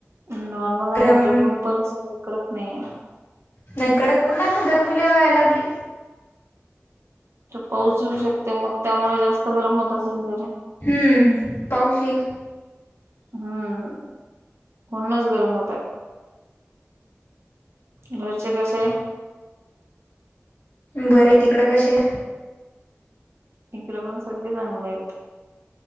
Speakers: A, on the right; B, on the left.
A: नॉर्मल आहे
B: गरम
A: म्हणजे उऊन पण सगळ इकडच नाहीये.
B: नाही कड कोण नाही पण गरमीला वयला लागली.
A: पाऊस येऊ शकते मग त्यामुळे जास्त गरम होत असेल तकडे
B: हम्म पाऊस येईल
A: हम्म पुननच गरम होतय. घरचे कसे आहे.
B: बर तिकडं कसे आहे.
A: इकडे पण सगळे चांगले आहेत.